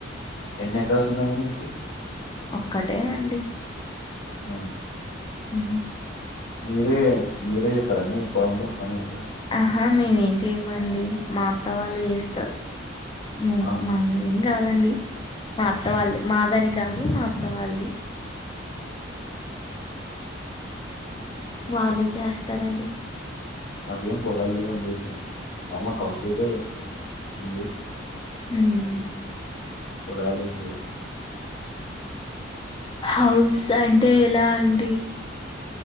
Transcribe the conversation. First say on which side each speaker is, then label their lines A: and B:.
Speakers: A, on the left; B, on the left.
A: ఎన్నెకరాసున్నాయండి మీకి
B: అక్కటే అండి
A: కాంగ్
B: ఉ
A: మీరే మీరే చేస్తరా అండి పొలంలో పనీ అంతా
B: ఆహా మేమేం చేయమండి మా అత్త వాళ్ళు చేస్తారు మీక్
A: ఆ
B: మా గాదండి మా అత్త వాళ్ళ్ మాదని కాదు మా అత్త వాళ్ది వాళ్ళే చేస్తారండి
A: మాకేం పొలాల్ లేవందుక నామల్ హౌస్ అయితే ఉంది
B: హ్మ్
A: కొడాలేం లేవ్
B: హౌస్ అంటే ఎలా అండి